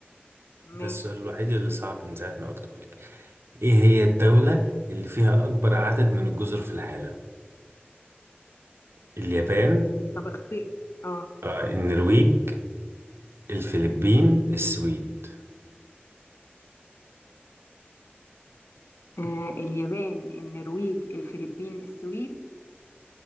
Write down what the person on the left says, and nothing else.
ماشي
طب اختار اه
آه، اليابان النرويج الفلبين السويد